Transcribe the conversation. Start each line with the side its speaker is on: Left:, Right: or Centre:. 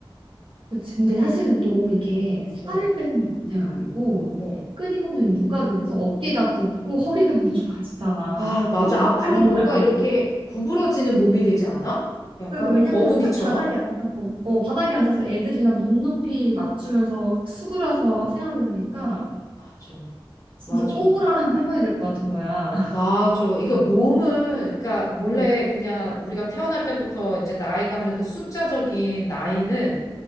Right: 그치. 근데 사실은 또 이게
Left: 어, 어,
Right: 살을 빼는 게 문제가 아니고
Left: 어.
Right: 끊임없는 육아로 인해서 어깨가 굽고 허리가 너무 좋아지잖아.
Left: 아, 맞아.
Right: 손목
Left: 앞으로
Right: 발목
Left: 뭔가
Right: 나가고.
Left: 이렇게 구부러지는 몸이 되지 않아? 약간
Right: 그러니까 왜냐면
Left: 거북이처럼?
Right: 항상 바닥에 앉아서 어 바닥에 앉아서 애들이랑 눈높이 맞추면서 수그려서 생활을 하니까
Left: 맞아.
Right: 진짜
Left: 맞아,
Right: 꼬부랑
Left: 맞아.
Right: <laughs> 할머니 될 것 같은 거야. <laughs>
Left: 맞아. 이거 몸은, 그러니까 몰래
Right: 어,
Left: 그냥 우리가 태어날 때부터 이제 나이가 하는 그 숫자적인 나이는